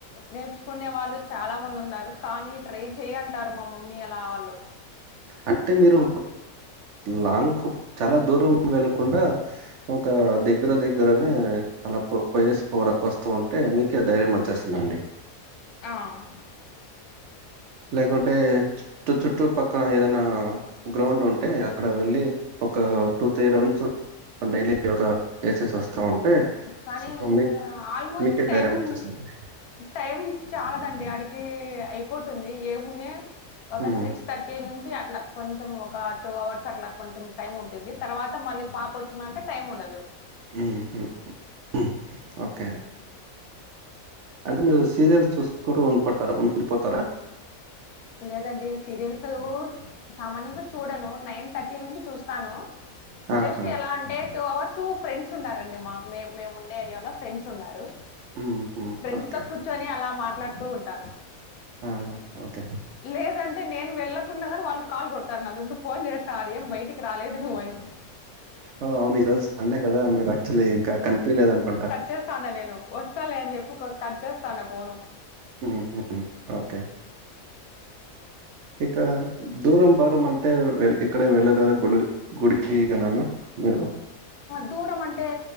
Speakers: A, on the left; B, on the right.
A: నేర్చుకునే వాళ్ళు చాలా మంది ఉన్నారు కానీ ట్రై చెయ్ అంటారు మా మమ్మీ అలా వాళ్ళు
B: అంటే మీరు లాంగ్ చాలా దూరం వెళ్ళకుండా ఒక దగ్గర దగ్గరనే అలా పోయసి పోర వస్తూ ఉంటే మీకె ధైర్యమ చ్చేస్తుందండి
A: ఆ
B: లేకుంటే తు చుట్టు పక్కన ఏదైనా గ్రౌండ్ ఉంటే అక్కడ వెళ్ళి ఒక టూ త్రీ రౌండ్స్ డైలీ ఒక ఏసేస్ వస్తా ఉంటే
A: కానీ
B: సో, మీ
A: ఆల్మోస్ట్
B: మీకే
A: టైమ్
B: ధైర్యం వచ్చేసింది
A: టైం చాలదండి ఆడికి అయిపోతుంది ఏమున్నా ఒక
B: ఉమ్,
A: సిక్స్ థర్టీ నుంచి అట్లా కొంచెం ఒక టూ అవర్స్ అట్లా కొంచెం టైమ్ ఉంటుంది తర్వాత మళ్ళీ పాపో చ్చిందంటే టైం ఉండదు
B: ఉహు ఉ ఓకే అంటే మీరు సీరియల్స్ చూసుకుంటు ఉండిపోతారా ఉండిపోతారా
A: లేదండి సీరియల్సు సామాన్యంగా చూడను నైన్ థర్టీ నుంచి చూస్తాను
B: ఆహా,
A: జస్ట్ ఎలా అంటే టూ అవర్స్ ఫ్రెండ్స్ ఉన్నారండి మా మే మేముండే ఏరియాలో ఫ్రెండ్స్ ఉన్నారు
B: ఉమ్, ఉమ్,
A: ఫ్రెండ్స్
B: ఓకే
A: తో కూర్చొని అలా మాట్లాడుతూ ఉంటాను
B: ఆ ఓకే
A: లేదంటే నేను వెళ్ళకున్నా గానీ వాళ్ళు కాల్ కొడతారు నాకు ఇప్పుడు ఫోన్ చేస్త ఆరేం బయటికి రాలేదు నువ్వు అని
B: ఓ అవును ఈ రోజు సండే కదా మీరు యాక్చువల్లీ ఇంకా కనిపలేదు అనుకుంటా
A: చేస్తా అన్న నేను వస్తా లే అని చెప్పి కొ కట్ చేస్తాన్న ఫోను
B: ఉహు ఓకే ఇకా దూరం భారం అంటే ఎక్కడే వెళ్ళడానిక్కదా గుడి గుడికి ఇక నను మేవో
A: దూరం అంటే